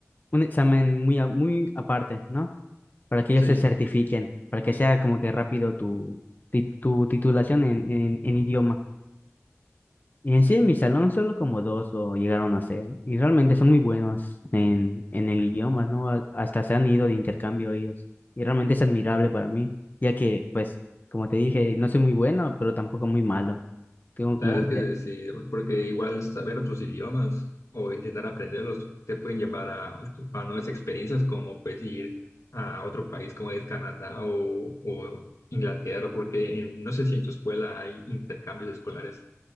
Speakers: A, on the left; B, on the left.
A: un examen muy, a- muy aparte, ¿no? para que ellos
B: Sí.
A: se certifiquen, para que sea como que rápido tu, ti- tu titulación en, en, en idioma. Y en sí, en mi salón solo como dos lo llegaron a ser, y realmente son muy buenos en, en el idioma, ¿no? A- Hasta se han ido de intercambio ellos, y realmente es admirable para mí, ya que, pues, como te dije, no soy muy bueno, pero tampoco muy malo. Tengo
B: La
A: como
B: verdad
A: que...
B: es que sí, porque igual saber otros idiomas o intentar aprenderlos te pueden llevar a, a nuevas experiencias como pues ir a otro país como es Canadá o, o Inglaterra, porque en- no sé si en tu escuela hay intercambios escolares.